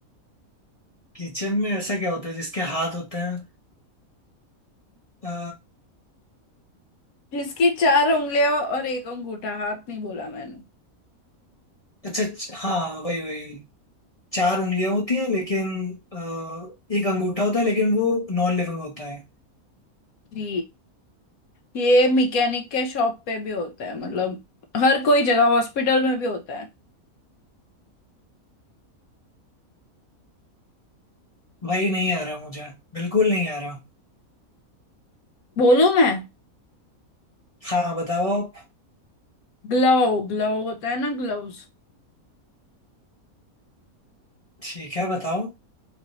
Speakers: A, on the left (about 30°); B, on the left (about 75°).
A: किचन में ऐसा क्या होता है जिसके हाथ होते हैं अ,
B: जिसकी चार उंगलियां और एक अंगूठा हाथ नहीं बोला मैंने
A: अच्छा च- हाँ वही वही चार उंगलियां होती हैं लेकिन अ, एक अंगूठा होता है लेकिन वो नॉन लिविंग होता है
B: जी ये मैकेनिक के शॉप पे भी होता है मतलब हर कोई जगह हॉस्पिटल में भी होता है
A: भाई नहीं आ रहा मुझे बिल्कुल नहीं आ रहा
B: बोलूं मैं
A: हाँ बताओ आप
B: ग्लव ग्लव होता है ना ग्लव्स
A: ठीक है बताओ